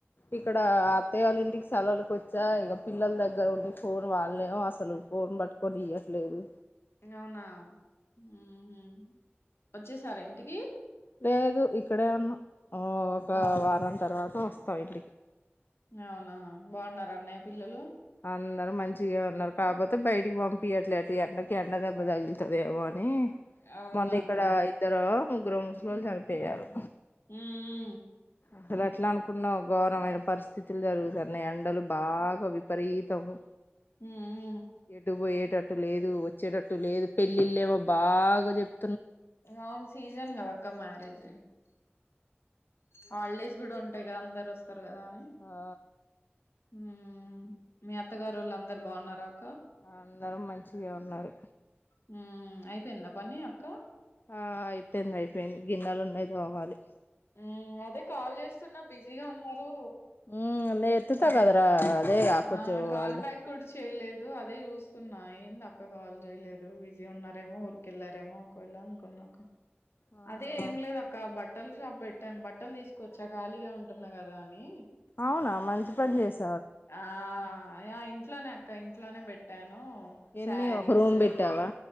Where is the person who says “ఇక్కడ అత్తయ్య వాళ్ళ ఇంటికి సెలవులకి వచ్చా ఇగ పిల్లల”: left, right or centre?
Left